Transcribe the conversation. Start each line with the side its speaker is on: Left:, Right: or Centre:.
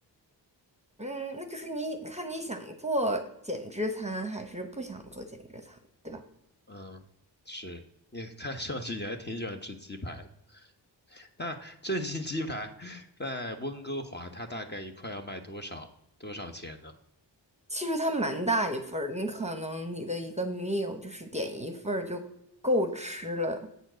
Right: 嗯，那就是你看你想做减脂餐还是不想做减脂餐，对吧？
Left: 嗯，是你看上去你还挺喜欢吃鸡排。那正新鸡排在温哥华，它大概一块要卖多少多少钱呢？
Right: 其实它蛮大一份儿，你可能你的一个 meal 就是点一份儿就够吃了。